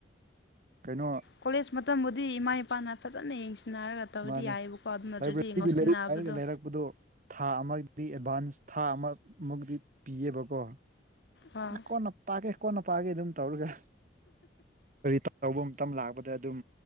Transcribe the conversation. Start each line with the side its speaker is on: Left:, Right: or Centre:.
Right: ꯀꯩꯅꯣ
Left: ꯀꯣꯂꯦꯖ ꯃꯇꯝꯕꯨꯗꯤ ꯏꯃꯥ ꯏꯄꯥꯅ ꯐꯖꯅ ꯌꯦꯡꯁꯤꯟꯅꯔꯒ ꯇꯧꯔꯗꯤ
Right: ꯃꯥꯅꯦ
Left: ꯌꯥꯏꯑꯕꯀꯣ ꯑꯗꯨ ꯅꯠꯇ꯭ꯔꯗꯤ
Right: ꯂꯥꯏꯕ꯭ꯔꯤꯗ
Left: ꯉꯧꯁꯤꯟꯅꯕꯗꯣ
Right: ꯂꯥꯏꯔꯤꯛ ꯄꯥꯔꯒ ꯂꯩꯔꯛꯄꯗꯨ ꯊꯥ ꯑꯃꯒꯤ ꯑꯦꯗꯚꯥꯟꯁ ꯊꯥ ꯑꯃꯃꯨꯛꯇꯤ ꯄꯤꯌꯦꯕꯀꯣ
Left: ꯑꯥ
Right: ꯀꯣꯟꯅ ꯄꯥꯒꯦ ꯀꯣꯟꯅ ꯄꯥꯒꯦ ꯑꯗꯨꯝ ꯇꯧꯔꯒ ꯀꯔꯤꯇꯧ ꯂꯧꯕ ꯃꯇꯝ ꯂꯥꯛꯄꯗ ꯑꯗꯨꯝ